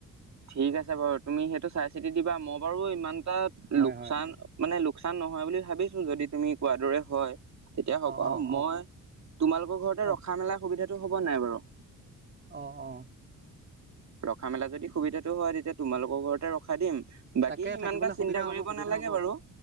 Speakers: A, on the right; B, on the right.
A: ঠিক আছে বাৰু, তুমি সেইটো চাই-চিতি দিবা মই বাৰু ইমান টা
B: হয়
A: লোকচান
B: হয়
A: মানে লোকচান নহয় বুলি ভাবিছোঁ যদি তুমি কোৱাৰ দৰে হয়। তেতিয়া হ'ব-
B: অ অ
A: মই,
B: অ
A: তোমালোকৰ ঘৰতে
B: অ
A: ৰখা-মেলা সুবিধাটো হ'ব নাই বাৰু?
B: অ অঁ।
A: ৰখা-মেলা যদি সুবিধাটো হয় তেতিয়া তোমালোকৰ ঘৰতে ৰখাই দিম। বাকী
B: তাকে
A: ইমান
B: থাকিবলৈ
A: এটা চিন্তা
B: সুবিধা
A: কৰিব
B: হ'ব সুবিধা
A: নালাগে
B: হ'ব
A: বাৰু,